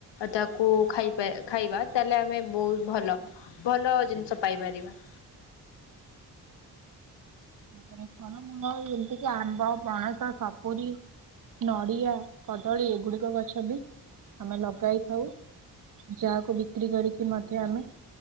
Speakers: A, on the left; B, on the right.
A: ତାକୁ ଖାଇ ଖାଇବା ତାହେଲେ ଆମେ ବହୁତ୍ ଭଲ ଭଲ ଜିନିଷ ପାଇପାରିବା।
B: ତା ପରେ ଫଳ ମୂଳ ଯେମ୍ତି କି ଆମ୍ବ ପଣସ, ସପୁରୀ, ନଡ଼ିଆ, କଦଳୀ ଏଗୁଡିକ ଗଛ ବି ଆମେ ଲଗାଇଥାଉ, ଯାହାକୁ ବିକ୍ରି କରିକି ମଧ୍ୟ ଆମେ